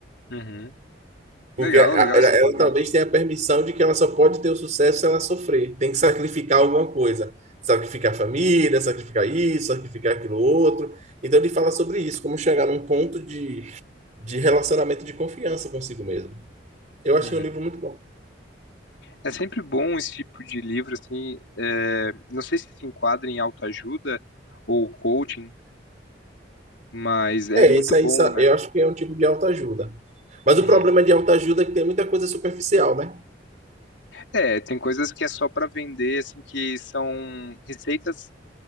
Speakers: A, on the left (about 80°); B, on the right (about 40°).
A: Uhum.
B: Porque
A: Legal,
B: a-
A: legal
B: a- ela,
A: essa
B: ela
A: abordagem.
B: talvez tenha a permissão de que ela só pode ter o sucesso se ela sofrer. Tem que sacrificar alguma coisa. Sacrificar a família, sacrificar isso, sacrificar aquilo outro. Então ele fala sobre isso, como chegar num ponto de, de relacionamento de confiança consigo mesmo. Eu achei
A: Uhum.
B: um livro muito bom.
A: É sempre bom esse tipo de livro, assim, é, não sei se se enquadra em autoajuda ou coaching, mas é
B: É,
A: muito
B: esse aí
A: bom,
B: sa-
A: né?
B: eu acho que é um tipo de autoajuda. Mas
A: Uhum.
B: o problema de autoajuda é que tem muita coisa superficial, né?
A: É, tem coisas que é só para vender, assim, que são receitas